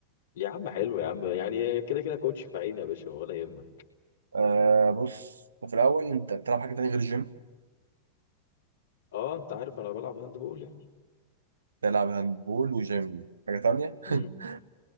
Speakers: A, on the left; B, on the right.
A: يا عم حلو يا عم يعني كده كده كوتش في عيني يا باشا ولا يهمك
B: آه بص في الاول انت بتلعب حاجه تانية غير الجيم
A: اه انت عارف انا بلعب هاند بول يعني
B: تلعب هاندبول وجيم حاجه تانية
A: مم.
B: <laughs>